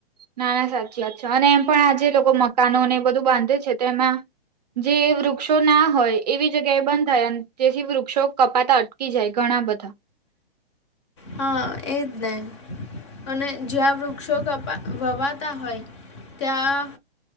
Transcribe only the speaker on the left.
હા એ જ ને, અને જ્યાં વૃક્ષો કપા વવાતા હોય ત્યાં,